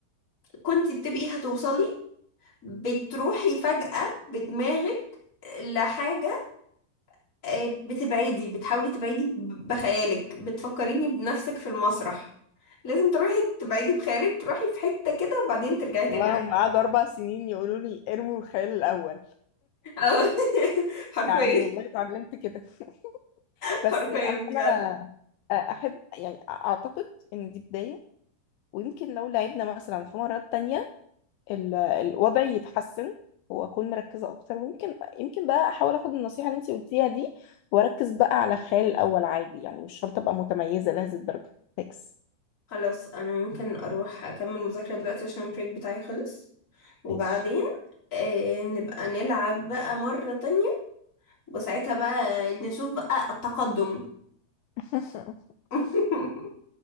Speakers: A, on the left; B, on the left.
A: كنتي بتبقي هتوصلي بتروحي فجأة بدماغك لحاجة آه، بتبعدي بتحاولي تبعدي ب- بخيالك بتفكريني بنفسك في المسرح لازم تروحي تبعدي بخيالك تروحي في حتة كده وبعدين ترجعي تاني
B: والله هم قعدوا اربع سنين يقولوا لي ارموا الخيال الاول
A: اه <laughs>
B: يعني
A: حرفيا
B: والله اتعلمت كده <laughs>
A: حرفيا
B: بس انا
A: بجد
B: انا احب يعني اعتقد ان دي بداية ويمكن لو لعبنا مثلا في مرات تانية ال- الوضع يتحسن واكون مركزة اكتر ويمكن يمكن بقى احاول اخد النصيحة اللي انت قلتيها دي واركز بقى على الخيال الاول عادي يعني مش شرط ابقى متميزة لهذه الدرجة فيكس
A: خلاص انا ممكن اروح اكمل مذاكرة دلوقتي عشان البريك بتاعي خلص وبعدين
B: ماشي
A: آه نبقى نلعب بقى مرة تانية وساعتها بقى نشوف بقى التقدم
B: <laughs>
A: <laughs>